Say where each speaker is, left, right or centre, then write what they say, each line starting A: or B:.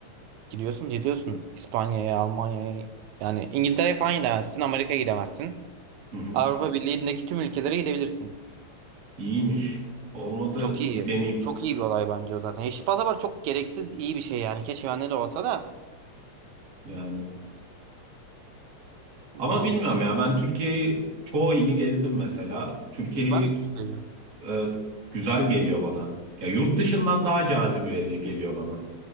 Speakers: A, on the right; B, on the right.
A: Gidiyorsun gidiyorsun İspanya'ya, Almanya'ya yani İngiltere'ye falan gidemezsin, Amerika'ya gidemezsin.
B: Hı hı.
A: Avrupa Birliği'ndeki tüm ülkelere gidebilirsin.
B: İyiymiş. Olmadı
A: Çok iyi.
B: bir deneyim
A: Çok, çok iyi bir olay bence o zaten. Yeşil pasaport çok gereksiz iyi bir şey yani. Keşke bende de olsa da
B: yani. Ama
A: yani
B: bilmiyorum ya ben Türkiye'yi çoğu ili gezdim mesela. Türkiye'yi
A: ben de düşünüyorum.
B: e, güzel geliyor bana. Ya yurt dışından daha cazibeli geliyor bana.